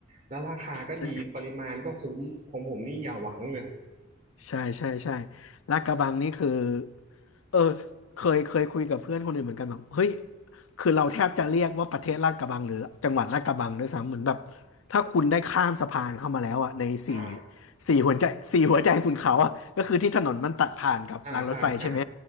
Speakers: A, on the right (about 40°); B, on the left (about 85°).
A: แล้วราคาก็ดีปริมาณก็คุ้มของผมนี่อย่าหวังเลย
B: ใช่ ใช่ใช่ใช่ลาดกระบังนี่คือเออเคยเคยคุยกับเพื่อนคนอื่นเหมือนกันแบบเฮ้ยคือเราแทบจะเรียกว่าประเทศลาดกระบังหรือจังหวัดลาดกระบังด้วยซ้ำเหมือนแบบถ้าคุณได้ข้ามสะพานเข้ามาแล้วอ่ะในสี่
A: อ่า
B: สี่หัวใจสี่หัวใจคุณเขาอ่ะก็คือที่ถนนมันตัดผ่านกับรางรถไฟใช่ไหม
A: อ่าใช่ใช่